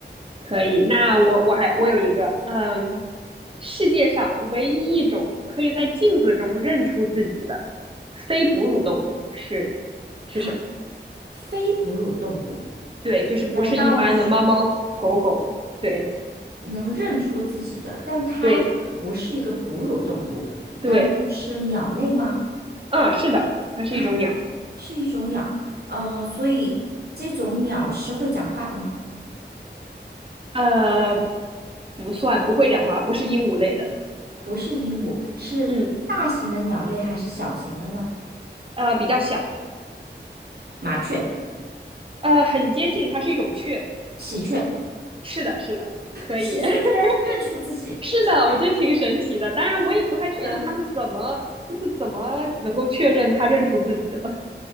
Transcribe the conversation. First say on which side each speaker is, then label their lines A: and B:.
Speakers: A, on the right; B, on the right.
A: 可以。那我我还我有一个，嗯，世界上唯一一种可以在镜子中认出自己的非哺乳动物是是什么？
B: 啊，非哺乳动物
A: 对，就是不是一般的猫猫狗狗，
B: 难道是？
A: 对
B: 能认出自己的，但它却不是一个哺乳动物，
A: 对对，
B: 难道是鸟类吗？
A: 嗯，是的，它是一种鸟，
B: 啊是一种鸟，呃，所以这种鸟是会讲话的吗？
A: 呃，不算不会讲话，
B: 会
A: 不是鹦鹉类的，
B: 不是鹦鹉，是大型的鸟类还是小型的呢？
A: 嗯，呃，比较小，
B: 麻雀、
A: 呃，很接近，它是一种雀。
B: 喜鹊，
A: 是的，是的，可以，
B: 喜鹊居然能认出自己，
A: <laughs> 是的，
B: 天哪！
A: 我觉得挺神奇的。当然，我也不太确定他们怎么，
B: 的，
A: 就是怎么能够确认他认出自己了